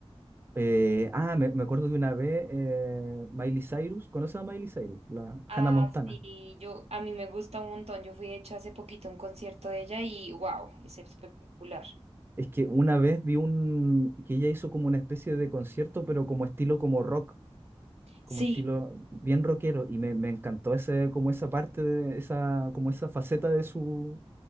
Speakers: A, on the right; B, on the right.
A: eh, ah, me, me acuerdo de una vez eh, Miley Cyrus. ¿Conoces a Miley Cyrus? La
B: Ah,
A: Hannah Montana.
B: sí, yo, a mí me gusta un montón. Yo fui, de hecho, hace poquito a un concierto de ella y wow, es espectacular.
A: Es que una vez vi un que ella hizo como una especie de concierto, pero como estilo como rock, como
B: Sí,
A: estilo bien rockero, y me, me encantó ese, como esa parte de esa, como esa faceta de su